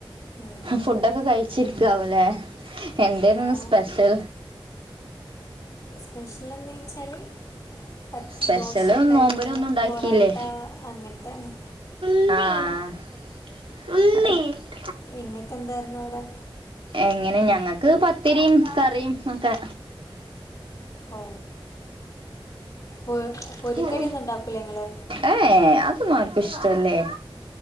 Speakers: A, on the left (about 40°); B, on the right (about 70°).
A: ഉം
B: ഫുഡ്ഡൊക്കെ കഴിച്ചിരിക്കാവുലേ, എന്തേന്നുന്ന്
A: ഞാൻ
B: സ്പെഷ്യൽ?
A: സ്പെഷ്യലെന്തേ വെച്ചാല് പത്
B: സ്പെഷ്യല്
A: ദോശ ഇണ്ടായ്നൂ.
B: നോമ്പിനൊന്നും ഉണ്ടാക്കിയില്ലേ
A: പൊറോട്ട അങ്ങൻത്തെന്നെ.
B: ആഹ്
A: ഇങ്ങക്കെന്തായിരുന്നു അവിടെ?
B: എങ്ങനെ ഞങ്ങക്ക് പത്തിരിം കറിം ഒക്കെ.
A: ഓ പൊ പൊരിക്കടിയൊന്നും
B: <unintelligible>
A: ഉണ്ടാക്കൂലേ ഇങ്ങള്
B: ഏ ഏഹ്. അതൊന്നും ആർക്കും ഇഷ്ടല്ലേയ്.